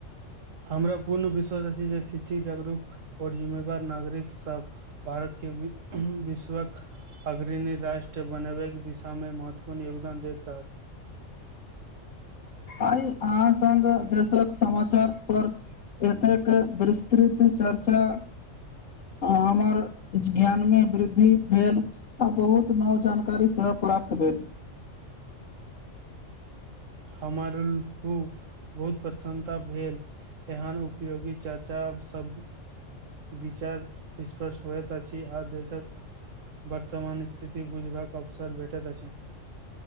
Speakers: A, on the right; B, on the left.
A: हमरा पूर्ण विश्वास अछी जे शिक्षित जागरूक आओर जिम्मेवार नागरिक सब भारत के वि विश्वक अग्रीणी राष्ट्र बनबैके दिशामे महत्वपूर्ण योगदान देैत रहत।
B: आइ अहाँ संग दशक समाचार पर ओतके विस्तृत चर्चा हमर ज्ञानमे वृद्धि भेल। आ बहुत नब जानकारी सेहो प्राप्त भेल।
A: हमर हु बहुत प्रसन्नता भेल। एहन उपयोगी चर्चा सब विचार स्पश होयत अछी आ देशक वर्तमान स्थिति बुझबाक अवसर भेटैत अछी।